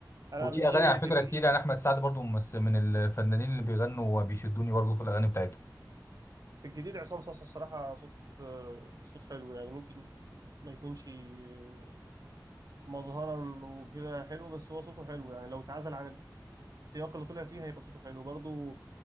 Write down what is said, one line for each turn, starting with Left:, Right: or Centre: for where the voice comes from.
Right: أنا
Left: وليه
Right: بالنسبة
Left: اغاني
Right: لي
Left: على
Right: في
Left: فكره
Right: الجديد
Left: كتير يعني احمد سعد برضو مس- من الفنانين اللي بيغنوا وبيشدوني برضو في الاغاني بتاعتهم
Right: في الجديد عصام صاصا الصراحة صوت آه، صوت حلو يعني ممكن ما يكونش آه، مظهرا وكده حلو بس هو صوته حلو يعني لو اتعزل عن السياق اللي طلع فيه هيبقى صوته حلو برضو